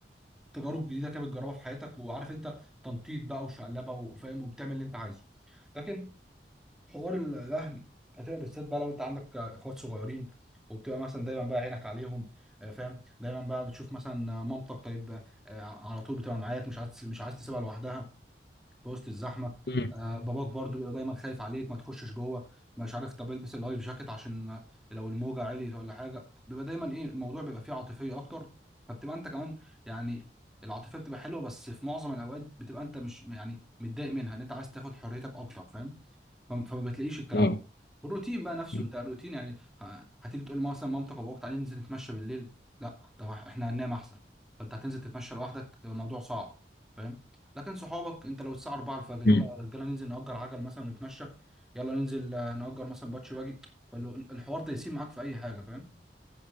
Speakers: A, in the centre; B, on the left.
A: تجارب جديده كده بتجربها في حياتك وعارف انت تنطيط بقى وشقلبه وفاهم وبتعمل اللي انت عايزه لكن حوار ال- الاهل هتبقى بالذات بقى لو انت عندك اخوات صغيرين وبتبقى مثلا دايما بقى عينك عليهم آه، فاهم دايما بقى بتشوف مثلا مامتك طيب آه، على طول بتبقى معاك مش عايز مش عايز تسيبها لوحدها في وسط الزحمه
B: مم.
A: آه باباك برضو بيبقى دايما خايف عليك ما تخشش جوه مش عارف طب البس اللايف جاكيت عشان آه، لو الموجه عليت ولا حاجه بيبقى دايما ايه الموضوع بيبقى فيه عاطفيه اكتر فبتبقى انت كمان يعني العاطفيه بتبقى حلوه بس في معظم الاوقات بتبقى انت مش يعني متضايق منها ان انت عايز تاخد حريتك اكتر فاهم فما فما بتلاقيش الكلام
B: اه
A: ده والروتين بقى نفسه
B: مم.
A: انت الروتين يعني ه- هتيجي تقول مثلا مامتك وابوك تعالى ننزل نتمشى بالليل لا طب احنا هننام احسن فانت هتنزل تتمشى لوحدك يبقى الموضوع صعب فاهم لكن صحابك انت لو الساعه 4 الفجر
B: مم.
A: يلا يا رجاله ننزل نأجر عجل مثلا ونتمشى يلا ننزل آه، نأجر مثلا باتش باجي فالحوار ده يسيب معاك في اي حاجه فاهم